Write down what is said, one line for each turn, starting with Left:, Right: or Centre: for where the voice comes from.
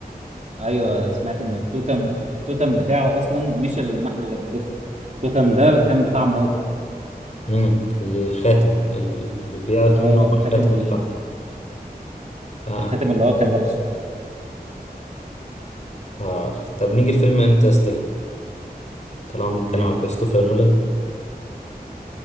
Right: ايوه سمعت ان التوتم التوتم بتاعه اصلا مش النحلة اللي بتلف التوتم ده كان بتاع مراته
Left: امم الخاتم اللي بيعرف
Right: اه
Left: منه هو
Right: الخاتم
Left: الخاتم
Right: ال...
Left: بتاع
Right: الخاتم اللي هو كان لابسه
Left: عارف طب نيجي لفيلم انترستيلر طالما بنتكلم
Right: تمام
Left: على كريستوفر نولان